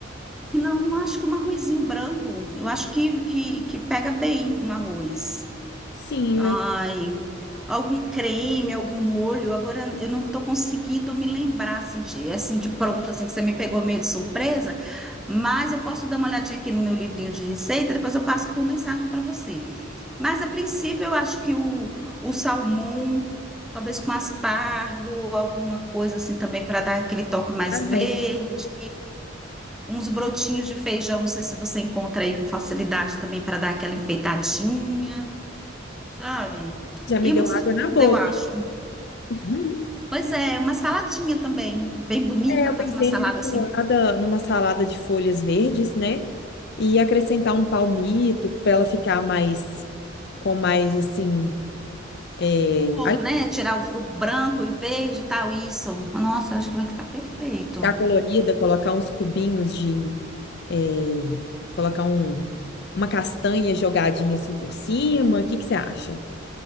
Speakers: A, in the centre; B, on the left.
A: Não, acho que um arrozinho branco. Eu acho que, que, que pega bem um arroz.
B: Sim,
A: Ai, algum creme, algum molho. Agora eu não estou conseguindo me lembrar assim de, assim de pronto, assim que você me pegou meio de surpresa. Mas eu posso dar uma olhadinha aqui no meu livrinho de receita. Depois eu passo por mensagem para você. Mas a princípio eu acho que o, o salmão, talvez com aspargo, alguma coisa assim também para dar aquele toque mais
B: verdade.
A: verde.
B: né?
A: Uns brotinhos de feijão, não sei se você encontra aí com facilidade também para dar aquela enfeitadinha, sabe?
B: Já me
A: E
B: deu
A: uma salada,
B: água na boca.
A: eu acho.
B: hein? <laughs>
A: Pois é, uma saladinha também, bem bonita,
B: É, eu
A: fazer
B: pensei
A: uma salada
B: numa salada,
A: assim,
B: numa salada de folhas verdes, né? E acrescentar um palmito para ela ficar mais, com mais assim, é,
A: cor, né? Tirar o, o branco e verde e tal, isso. Nossa, eu acho que vai ficar perfeito.
B: ficar colorida, colocar uns cubinhos de, é, colocar um, uma castanha jogadinha assim por cima. O que que você acha?